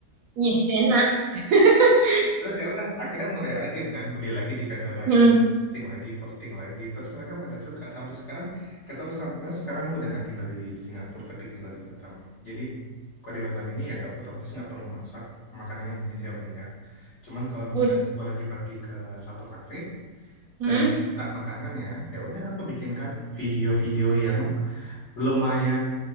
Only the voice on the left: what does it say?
<laughs> Terus ya udah, akhirnya mulai rajin kan. Beli lagi di vendor lain.
Posting lagi, posting lagi. Terus mereka pada suka. Sampai sekarang keterusan. Nah, sekarang aku udah nggak tinggal di Singapura, tapi tinggal di Batam. Jadi kalau di Batam ini ya nggak otomatis nggak perlu masak. Makanan Indonesia banyak. Cuman kalau misalkan
gue lagi pergi ke satu kafe,
dan aku suka makanannya ya Ya udah aku bikinkan video-video yang lumayan